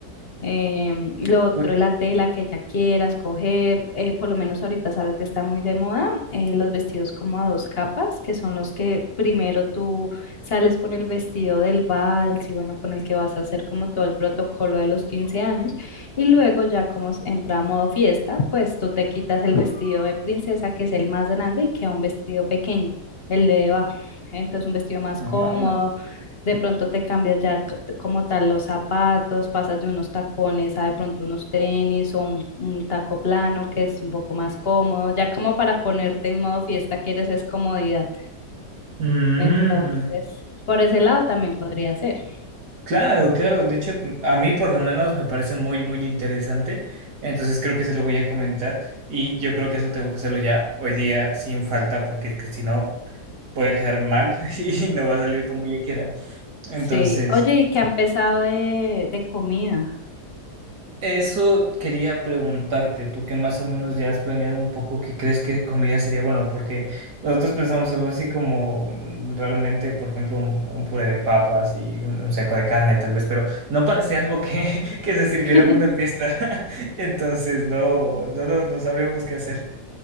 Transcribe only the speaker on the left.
Em, lo otro
es la tela que ella quiera escoger, eh, por lo menos ahorita sabes que está muy de moda, eh, los vestidos como a dos capas, que son los que primero tú sales con el vestido del vals y bueno, con el que vas a hacer como todo el protocolo de los quince años y luego ya como s- entra a modo fiesta, pues tú te quitas el vestido de princesa, que es el más grande y queda un vestido pequeño, el de debajo, entonces un vestido más
cómodo de pronto te cambias ya c- como tal los zapatos, pasas de unos tacones a de pronto unos tenis o un, un taco plano que es un poco más cómodo, ya como para ponerte en modo fiesta quieres es comodidad.
Entonces, por ese lado también podría ser.
Sí. Oye, ¿y qué han pensado de, de comida?
<laughs>